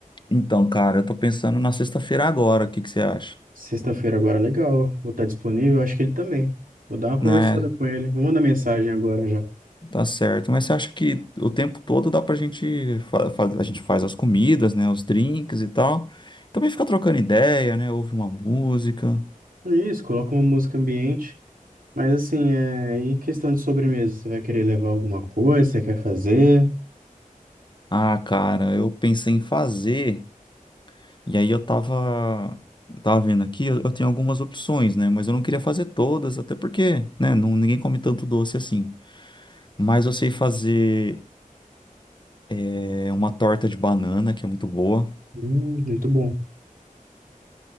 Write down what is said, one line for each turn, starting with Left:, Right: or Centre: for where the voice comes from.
Left: Então, cara, eu tô pensando na sexta-feira agora, o que que você acha?
Right: Sexta-feira agora, legal. Vou estar disponível, eu acho que ele também. Vou dar uma conversada
Left: né?
Right: com ele. Vou mandar mensagem agora já.
Left: Tá certo. Mas você acha que o tempo todo dá pra gente fa- fa- a gente faz as comidas, né? Os drinks e tal. Também fica trocando ideia, né? Ouve uma música.
Right: Isso, coloca uma música ambiente. Mas assim, é... e questão de sobremesa? Você vai querer levar alguma coisa? Você quer fazer?
Left: Ah, cara, eu pensei em fazer. E aí eu tava, eu tava vendo aqui, eu, eu tenho algumas opções, né? Mas eu não queria fazer todas, até porque, né? Não, ninguém come tanto doce assim. Mas eu sei fazer é, uma torta de banana, que é muito boa.
Right: Hum, muito bom.